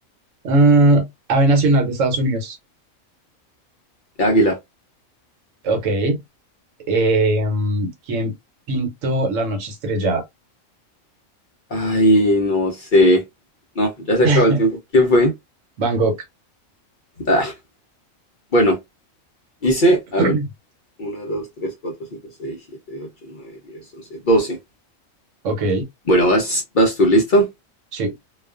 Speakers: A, on the right; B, on the left.
A: Ah, ave nacional de Estados Unidos.
B: Águila.
A: Ok. Eh, mm, ¿quién pintó la noche estrellada?
B: Ay, no sé. No, ya se
A: <laughs>
B: acabó el tiempo. ¿Quién fue?
A: Van Gogh.
B: Ah, bueno, hice,
A: <clears throat>
B: a ver. Uno, 2, 3, 4, 5, 6, 7, 8, 9, 10, 11, 12.
A: Ok,
B: Bueno, vas, vas tú, ¿listo?
A: sí,